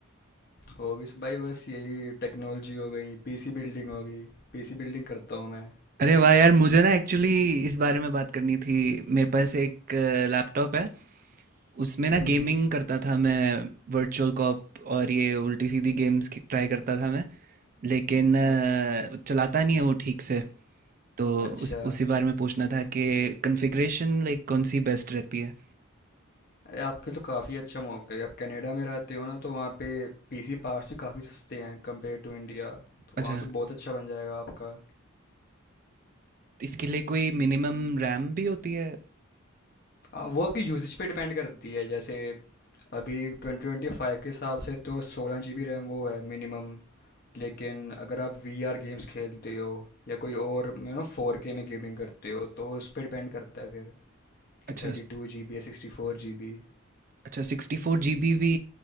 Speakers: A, on the left (about 45°); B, on the right (about 40°).
A: हो भी इस- भाई बस यही टेक्नोलॉजी हो गई पीसी बिल्डिंग हो गई पीसी बिल्डिंग करता हूँ मैं
B: अरे वाह यार मुझे ना एक्चुअली इस बारे में बात करनी थी मेरे पास एक लैपटॉप है उसमें ना
A: हम्म
B: गेमिंग
A: हम्म,
B: करता था मैं वर्चुअल कॉप और ये उल्टी सीधी गेम्स ट्राई करता था मैं लेकिन अ,
A: हाँ
B: चलाता नहीं है वो ठीक से तो
A: अच्छा
B: उस उसी बारे में पूछना था कि कॉन्फ़िगरेशन लाइक कौन सी बेस्ट रहती है
A: अरे आपके तो काफ़ी अच्छा मौका है आप कनाडा में रहते हो ना तो वहाँ पे पीसी पार्ट्स भी काफ़ी सस्ते हैं कंपेयर टू इंडिया तो
B: अच्छा
A: वहाँ तो बहुत अच्छा बन जाएगा आपका
B: इसके लिए कोई मिनिमम रैम भी होती है
A: आ, वो आपकी यूजेज पे डिपेंड करती है जैसे अभी ट्वेंटी ट्वेंटी फाइव के हिसाब से तो सोलह जी बी रैम वो है मिनिमम लेकिन अगर आप वी आर गेम्स खेलते हो या कोई और यू नो फोर के में गेमिंग करते हो तो उस पर डिपेंड करता है फिर
B: अच्छा
A: कि थर्टी टू जी बी या सिक्सटी फोर जी बी
B: अच्छा सिक्सटी फोर जी बी भी